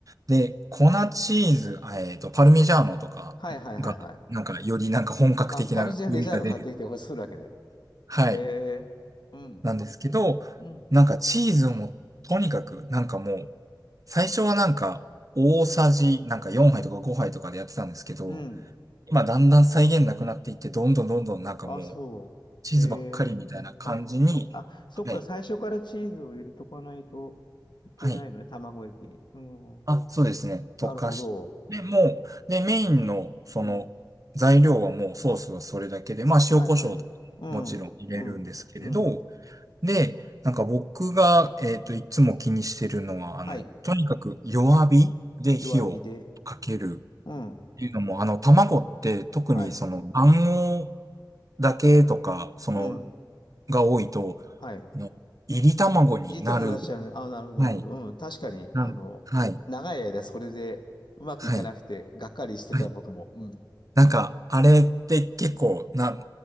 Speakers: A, on the right; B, on the left.
A: で、粉チーズ、あえっと、パルミジャーノとかが、
B: いはいはいはい。
A: なんか、よりなんか本格的な風味が出る。
B: あ、パルジャンレジャーノ買ってきてこれするわけね。
A: はい。
B: ええうん。
A: なんですけど、
B: うん。
A: なんかチーズをもう、とにかく、なんかもう、最初はなんか、大さじ、なんか4杯とか5杯とかでやってたんですけど、
B: うん。
A: 今だんだん再現なくなっていって、どんどんどんどんなんかもう、
B: あ、そう。
A: チーズばっかりみたいな感じに、
B: ええあ、本当に。あ、そっか、
A: はい。
B: 最初からチーズを入れとかないといけないのね、
A: はい。
B: 卵液に。うん。
A: あ、そうですね。溶かして、
B: なるほど。
A: もう、で、メインの、その、
B: うん。
A: 材料はもうソースはそれだけで、まあ、塩コショウとかももちろん入れるんですけれど、
B: はいはい。うん、うん、うん。
A: で、なんか僕が、えっと、いつも気にしてるのは、
B: はい。
A: あの、とにかく弱火で火をかけるっ
B: 弱火で。うん。
A: ていうのも、あの、卵って特にその卵黄
B: はい。
A: だけとか、その、
B: うん。
A: が多いと、
B: はい。
A: あの、炒り卵になる。
B: 入れても同じだよね。あ、なるほど、
A: はい。
B: なるほど。うん。確かに、
A: なんはい。
B: あの、長い間それでうまくいかなくて、
A: はい。
B: がっかりしてた僕も。
A: はい。
B: うん。
A: なんか、あれって結構な、